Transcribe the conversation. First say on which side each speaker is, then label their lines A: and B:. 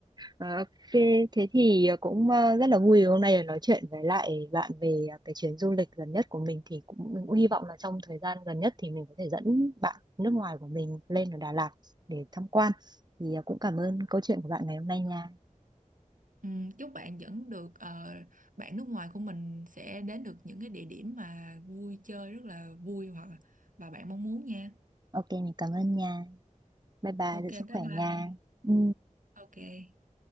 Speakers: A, on the right (about 30°); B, on the right (about 75°).
A: ờ, ok, thế thì ờ, cũng ờ, rất là vui hôm nay được nói chuyện với lại bạn về ờ, cái chuyến du lịch gần nhất của mình thì cũng mình cũng hy vọng là trong thời gian gần nhất thì mình có thể dẫn bạn nước ngoài của mình lên ở Đà Lạt để tham quan. Thì ờ, cũng cảm ơn câu chuyện của bạn ngày hôm nay nha.
B: ừ, chúc bạn vẫn được ờ, bạn nước ngoài của mình sẽ đến được những cái địa điểm mà vui chơi rất là vui hoặc là- và bạn mong muốn nha
A: Ok, mình cảm ơn nha. Bye bye,
B: ok
A: giữ sức
B: bye
A: khỏe nha.
B: bye
A: Ừ.
B: ok